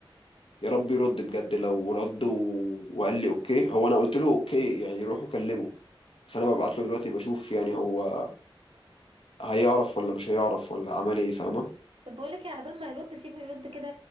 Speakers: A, on the left; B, on the right.
A: يا رب يرد بجد لو رد و... وقال لي اوكي هو انا قلت له اوكي يعني روح وكلمه فانا ببعت له دلوقتي بشوف يعني هو هيعرف ولا مش هيعرف ولا عمل ايه فاهمه
B: طب بقولك ايه على بال ما يرد سيبه يرد كده